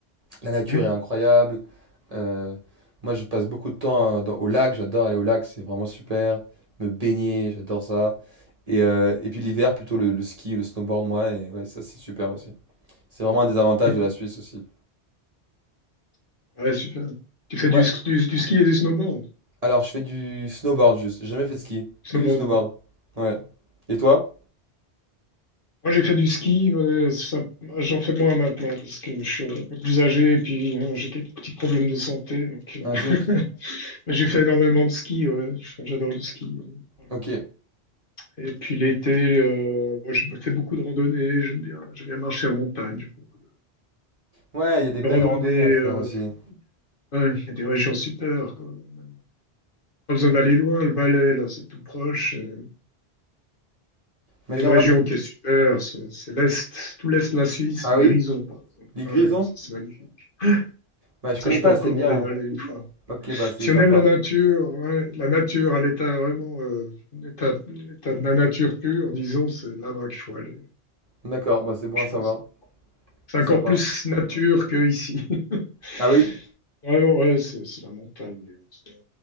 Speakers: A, on the right; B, on the left.
A: la nature
B: Mhm.
A: est incroyable. Euh, moi, je passe beaucoup de temps euh, dans- au lac. J'adore aller au lac, c'est vraiment super. Me baigner, j'adore ça. Et, euh, et puis l'hiver, plutôt le, le ski, le snowboard, moi. Et ouais, ça, c'est super aussi. C'est vraiment un des avantages
B: Mhm.
A: de la Suisse aussi.
B: Ouais, super. Tu fais
A: Moi,
B: du, sk- du, du ski et du snowboard.
A: alors, je fais du snowboard juste. J'ai jamais fait de ski.
B: Du snowboard,
A: Que du snowboard.
B: oui.
A: Ouais. Et toi?
B: Moi, j'ai fait du ski, mais ça- j'en fais moins maintenant parce que je suis un peu plus âgé et puis hein, j'ai des petits problèmes de santé. Donc, euh,
A: Ah
B: <laughs>
A: zut.
B: mais j'ai fait énormément de ski, ouais. Enfin, J'adore le ski. euh, par exemple.
A: Ok.
B: Et puis l'été, euh, moi, j'ai fait beaucoup de randonnées. J'aime bien, j'aime bien marcher en montagne. J'ai fait beaucoup
A: Ouais, il y a des belles
B: de randonnées
A: randonnées à faire
B: euh,
A: aussi.
B: Ouais, il y a des régions super, quoi. Même Pas besoin d'aller loin, le Valais, là, c'est tout proche. Euh,
A: Mais
B: Il y
A: j'aimerais
B: a une région
A: bien.
B: qui est super, c'est c'est l'Est, tout l'Est de la Suisse,
A: Ah
B: les
A: oui?
B: Grisons, par exemple.
A: L'île
B: Ah
A: Grison?
B: ouais, ça, c'est magnifique.
A: Bah, je
B: Ça,
A: connais
B: je
A: pas
B: peux
A: assez
B: recommander
A: bien.
B: d'aller une fois.
A: Ok, bah, c'est
B: Si
A: sympa.
B: on aime la nature, ouais, la nature à l'état vraiment, euh, l'état, l'état de la nature pure, disons, c'est là-bas qu'il faut aller,
A: D'accord, bah, c'est bon
B: je
A: à savoir.
B: pense. C'est
A: C'est
B: encore
A: sympa.
B: plus nature que ici. <laughs>
A: Ah oui?
B: Vraiment, ouais, c'est c'est la montagne. C'est des